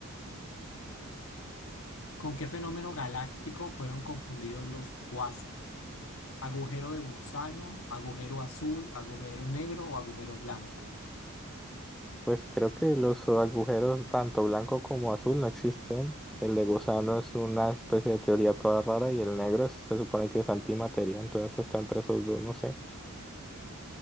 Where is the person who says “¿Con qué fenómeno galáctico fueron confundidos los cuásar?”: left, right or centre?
Left